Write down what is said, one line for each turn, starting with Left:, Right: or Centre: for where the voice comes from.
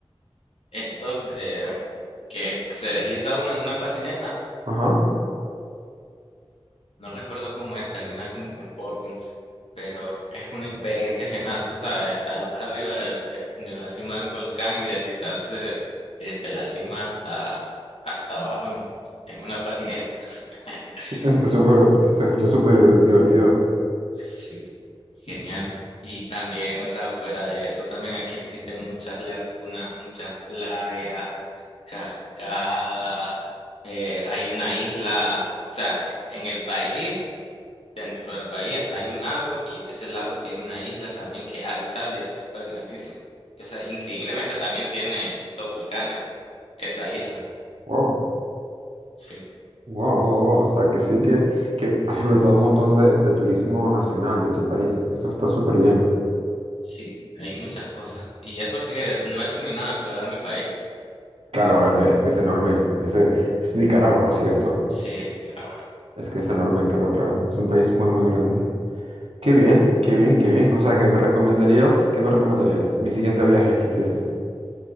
Left: stock de que se desliza uno en una patineta.
Right: Ajá.
Left: No recuerdo cómo es, termina como con boarding, pero es una experiencia genial, tú sabes, estar arriba de, de- de la cima de un volcán y deslizarse desde la cima hasta, hasta abajo en, en una patineta. <laughs>
Right: Está súper, se escucha súper diver- divertido.
Left: Sí, genial. Y también, o sea, fuera de eso, también aquí existen muchas lagunas, muchas playas, cascadas. eh, hay una isla, o sea, en el país, dentro del país, hay un lago y ese lago tiene una isla también que es habitable y es súper grandísimo. O sea, increíblemente también tiene dos volcanes, esa isla.
Right: Wow,
Left: Sí,
Right: wow, wow, wow. O sea, que sí que, que has disfrutado un montón de, de turismo nacional de tu país. Eso está súper bien.
Left: sí, hay muchas cosas. Y eso que no he terminado de explorar mi país.
Right: Claro, a ver, de- es que es enorme. Ese, es Nicaragua, ¿cierto?
Left: Sí, es Nicaragua.
Right: Es que es enorme, claro, claro. Es un país muy, muy grande. Qué bien, qué bien, qué bien. O sea, ¿qué me recomendarías? ¿Qué me recomendarías? Mi siguiente viaje que hiciese.